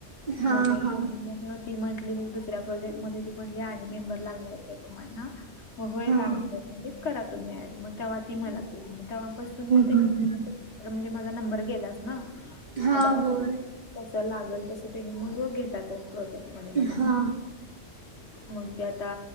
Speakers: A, on the right; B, on the left.
A: हा
B: मग
A: हा
B: त्यानी मग ती म्हटली म्हणजे दुसऱ्या प्रोजेक्ट मध्ये ती म्हटली आणि मेंबर लागणार काय तुम्हाना होय
A: हम्म
B: लागणार म्हगच करा तुम्ही ऍड मग तेव्हा ती मला केली मग तेव्हापासून मग ते
A: हम्म हम्म
B: तर म्हणजे माझा नंबर गेलास ना
A: हा
B: म
A: होय
B: कसं लागल तसं त्यांनी मगच घेतातच प्रोजेक्ट मध्ये मला
A: हा
B: मग ते आता